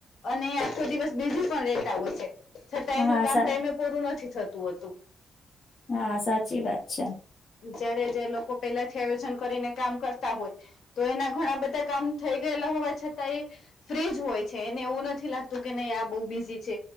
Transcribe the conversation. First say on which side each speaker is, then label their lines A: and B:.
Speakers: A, on the left; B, on the left.
A: અને આખો દિવસ બીઝી પણ રહેતા હોય છે છતાં
B: હા
A: એનું કામ
B: સા
A: ટાઈમે પૂરું નથી થતું હોતું.
B: હા સાચી વાત છે.
A: જયારે જે લોકો પેલા થી આયોજન કરીને કામ કરતા હોય તો એના ઘણા બધા કામ થઈ ગયેલા હોવા છતાં એ ફ્રીજ હોય છે એને એવું નથી લાગતું કે નહી આ બહુ બિઝી છે.